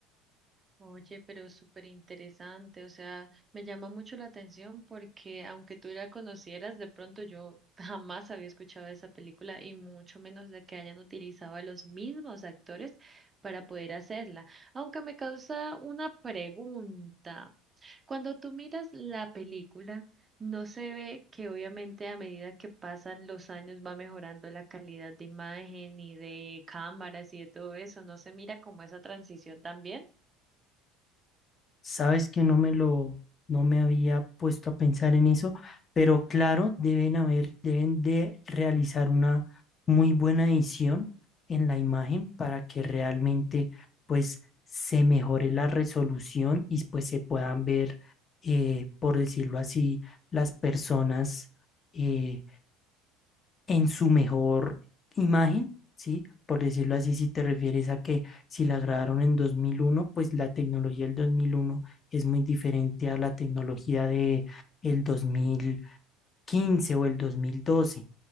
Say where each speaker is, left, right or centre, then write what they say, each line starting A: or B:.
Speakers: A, on the right; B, on the left.
A: Oye, pero súper interesante, o sea, me llama mucho la atención porque aunque tú la conocieras, de pronto yo <laughs> jamás había escuchado de esa película y mucho menos de que hayan utilizado a los mismos actores para poder hacerla. Aunque me causa una pregunta. Cuando tú miras la película, no se ve que obviamente a medida que pasan los años va mejorando la calidad de imagen y de cámaras y de todo eso, no se mira como esa transición también.
B: Sabes que no me lo, no me había puesto a pensar en eso, pero claro, deben haber, deben de realizar una muy buena edición en la imagen para que realmente pues se mejore la resolución y pues se puedan ver, eh, por decirlo así, las personas, eh, en su mejor imagen, ¿sí? Por decirlo así, si te refieres a que si la grabaron en 2001, pues la tecnología del 2001 es muy diferente a la tecnología de el 2015 o el 2012,